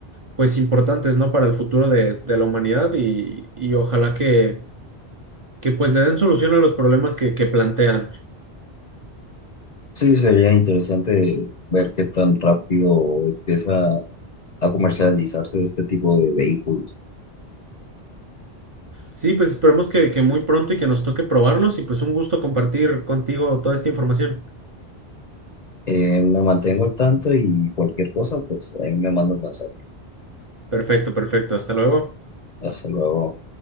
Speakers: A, on the right; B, on the left.
A: pues importantes, ¿no? Para el futuro de, de la humanidad y, y ojalá que que pues le den solución a los problemas que, que plantean.
B: Sí, sería interesante ver qué tan rápido empieza a comercializarse este tipo de vehículos.
A: Sí, pues esperemos que, que muy pronto y que nos toque probarlos y pues un gusto compartir contigo toda esta información.
B: Eh, me mantengo al tanto y cualquier cosa, pues ahí me mandas mensaje.
A: Perfecto, perfecto. Hasta luego.
B: Hasta luego.